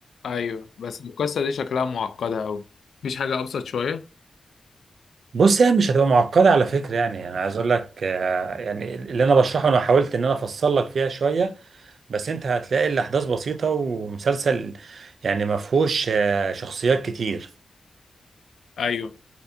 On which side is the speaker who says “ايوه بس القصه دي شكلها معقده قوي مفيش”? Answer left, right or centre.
Left